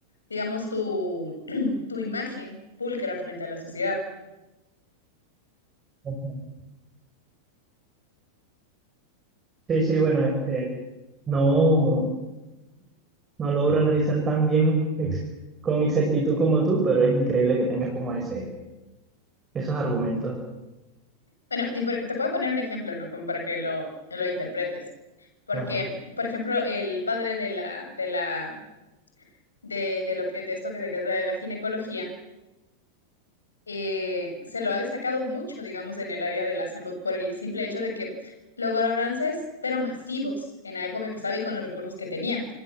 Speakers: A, on the left (about 75°); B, on the right (about 20°).
A: digamos, tu, <clears throat> tu imagen pulcra frente a la sociedad.
B: ajá. Sí, sí, bueno, este. No, no logro analizar tan bien ex- con exactitud como tú, pero es increíble que tengas como ese, esos argumentos.
A: Bueno, y por- te puedo poner un ejemplo, ¿no? Como para que lo, lo interpretes. Porque,
B: Ajá,
A: por ejemplo, el padre de la, de la, de, de lo que, de esto que de, que es de la ginecología, eh, se lo ha destacado mucho, digamos, en el área de la salud, por el simple hecho de que logró avances, pero masivos, en la época que estaba y con los recursos que tenía.